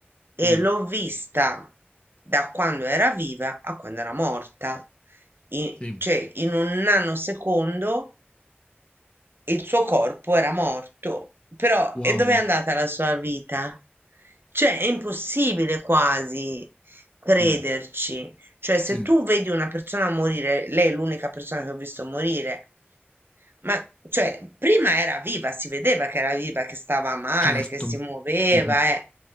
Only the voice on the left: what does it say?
mm,
sì,
wow,
sì,
sì,
certo.
Mhm.